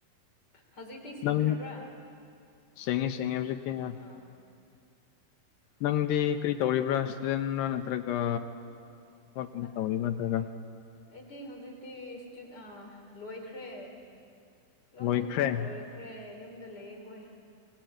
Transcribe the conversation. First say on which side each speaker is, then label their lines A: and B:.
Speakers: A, on the left (about 25°); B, on the left (about 75°).
A: ꯍꯧꯖꯤꯛꯇꯤ ꯁꯤꯡꯈ꯭ꯔꯕ꯭ꯔꯥ
B: ꯅꯪ ꯁꯦꯡꯉꯦ ꯁꯦꯡꯉꯦ ꯍꯧꯖꯤꯛꯇꯤ ꯌꯥꯝ
A: ꯑꯥ
B: ꯅꯪꯗꯤ ꯀꯔꯤ ꯇꯧꯔꯤꯕ꯭ꯔꯥ ꯏꯁꯇꯨꯗꯦꯟꯔꯥ ꯅꯠꯇ꯭ꯔꯒ ꯊꯕꯛꯀꯨꯝꯕ
A: ꯑꯁ
B: ꯇꯧꯔꯤꯕ꯭ꯔꯥ ꯅꯠꯇ꯭ꯔꯒ
A: ꯑꯩꯗꯤ ꯍꯧꯖꯤꯛꯇꯤ ꯁ꯭ꯇꯨꯠ ꯑꯥ ꯂꯣꯏꯈ꯭ꯔꯦ ꯂꯣꯏꯍꯤꯃꯛ
B: ꯂꯣꯏꯈ꯭ꯔꯦ
A: ꯂꯣꯏꯈ꯭ꯔꯦ ꯌꯨꯝꯗ ꯂꯩꯌꯦ ꯍꯣꯏ